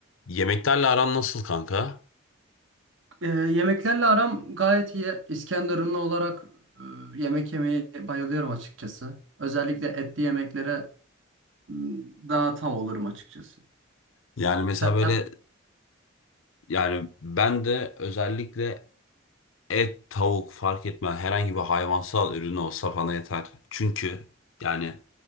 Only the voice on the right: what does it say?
Ee, yemeklerle aram gayet iyi. İskenderunlu olarak e, yemek yemeyi bayılıyorum açıkçası. Özellikle etli yemeklere m, daha tav olurum açıkçası.
Sen,